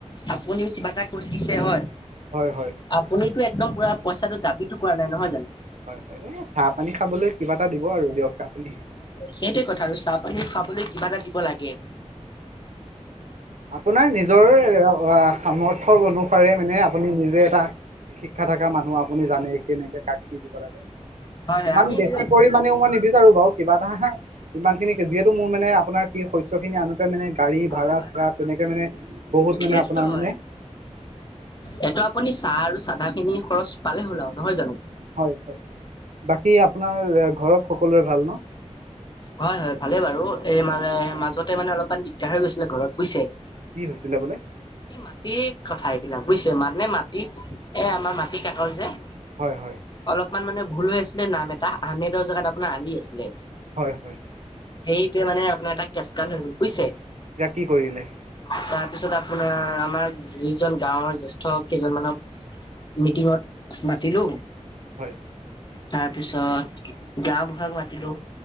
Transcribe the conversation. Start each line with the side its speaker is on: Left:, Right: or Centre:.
Left: আপুনিও কিবা এটা কৰি দিছে হয়
Right: হয় হয়
Left: আপুনিতো একদম পুৰা পইচাটো দাবীটো কৰা নাই নহয় জানো
Right: হয় হয় এই চাহ পানী খাবলৈ কিবা এটা দিব আৰু দিয়ক আপুনি
Left: সেইটোয়ে কথা আৰু চাহ পানী খুৱাবলৈ কিবা এটা দিব লাগে
Right: আপোনাৰ নিজৰ সামৰ্থক অনুসৰি পাৰে মানে আপুনি নিজে এটা শিক্ষা থকা মানুহ আপুনি জানে কেনেকে কাক কি দিব লাগে
Left: হয়, হয়,
Right: ইমান
Left: আমি এইবিলাক
Right: বেছি পৰিমাণেও মই নিবিচাৰো বাৰু কিবা এটা হা ইমান খিনি যিহেতু মোৰ মানে আপোনাৰ কি শ <unintelligible> খিনি আনোতে গাড়ী
Left: হয়
Right: ভাড়া
Left: হয়
Right: চাৰা তেনেকে মানে বহুত মানে
Left: সেইটোতো
Right: আপোনাৰ
Left: হয়
Right: মানে
Left: এইটো আপুনি চাহ আৰু চাদা খিনি খৰচ পালে হ'ল আৰু নহয় জানো
Right: হয় হয় বাকী আপোনাৰ ঘৰত সকলোৰে ভাল ন
Left: হয় হয় ভালে বাৰু এই মানে মাজতে মানে অলপমান দিগদাৰ হৈ গৈছিলে ঘৰত বুজিছে
Right: কি হৈছিলে বোলে
Left: এই মাটিৰ কথা এইবিলাক বুজিছে মানে মাটি এ আমাৰ মাটি কাঠৰ যে
Right: হয় হয়
Left: অলপমান মানে ভুল হৈ আছিলে নাম এটা আহমেদৰ জেগাত আপোনাৰ আলি আছিলে
Right: হয় হয়
Left: সেইটোৱে মানে আপোনাৰ এটা কেচকান হৈ গ'ল বুজিছে
Right: যাক কি কৰিলে
Left: তাৰপিছত আপোনাৰ আমাৰ যিজন গাঁওৰ জেষ্ঠ কেইজনমানক মিটিংত মাতিলোঁ
Right: হয়
Left: তাৰ পিছত গাওঁ বুঢ়াক মাতিলো